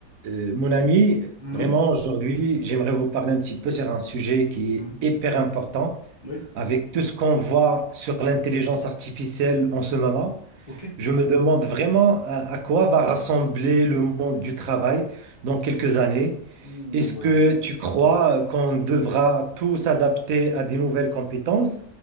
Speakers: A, on the right; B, on the left.
A: Euh, mon ami,
B: Mhm,
A: vraiment aujourd'hui, j'aimerais vous parler un petit peu sur un sujet qui
B: mhm.
A: est hyper important.
B: Oui,
A: Avec tout ce qu'on voit sur l'intelligence artificielle en ce moment,
B: ok.
A: je me demande vraiment à, à quoi va rassembler le monde du travail dans quelques années.
B: Ouh,
A: Est-ce que
B: euh,
A: tu crois euh, qu'on devra tous s'adapter à des nouvelles compétences